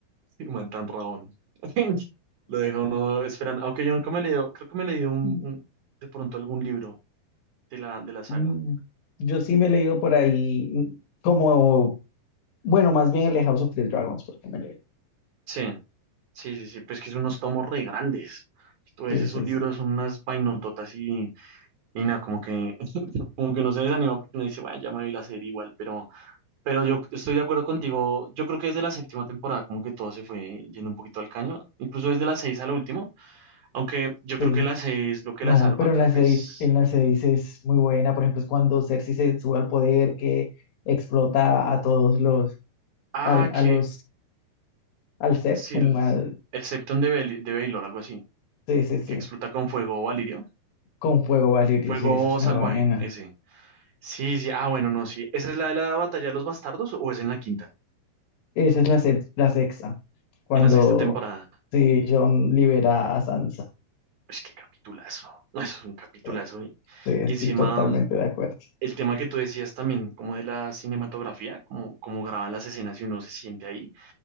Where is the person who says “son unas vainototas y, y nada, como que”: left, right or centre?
Right